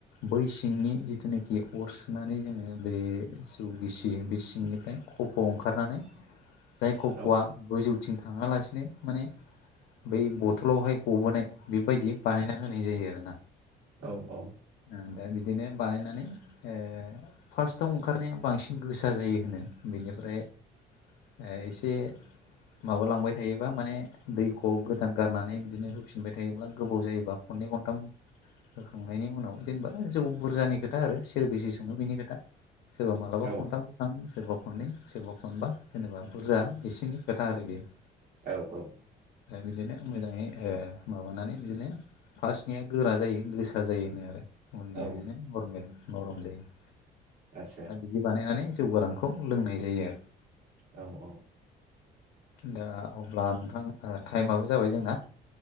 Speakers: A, on the left; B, on the right.
A: बै सिंनि जिथुनाखि अर सुनानै जोङो बे जौ गिसि बे सिंनिफ्राय खफ' ओंखारनानै जाय खफ'आ
B: औ
A: गोजौथिं थाङालासिनो माने बै बथलावहाय गबोनाय बेबायदि बानायना होनाय जायो आरोना
B: औ औ
A: ओं दा बिदिनो बानायनानै ओ फार्स्टआव ओंखारनाया बांसिन गोसा जायो होनो बेनिफ्राय एसे माबालांबाय थायोबा माने दै खौ गोदान गारनानै बिदिनो होफिनबाय थायोब्ला गोबाव जायोबा खननै खनथाम होखांनायनि उनाव जेनेबा जौ बुरजानि खोथा आरो सोर बेसेे सङो बेनि खोथा सोरबा मालाबा
B: औ
A: खनथाम खनथाम सोरबा खननै सोरबा खनबा जेनेबा बुरजा एसिनि खोथा आरो बियो
B: औ औ
A: ओमफ्राय बिदिनो मोजाङै ओ माबानानै बिदिनो फार्स्टनिया गोरा जायो गोसा जायो होनो आरो उननिआ
B: औ
A: बिदिनो नरमेल नरम जायो।
B: आदसा
A: दा बिदि बानायनानै जौ गोरानखौ लोंनाय जायो आरो
B: औ औ
A: दा अब्ला नोंथां टाइमाबो जाबाय जोंना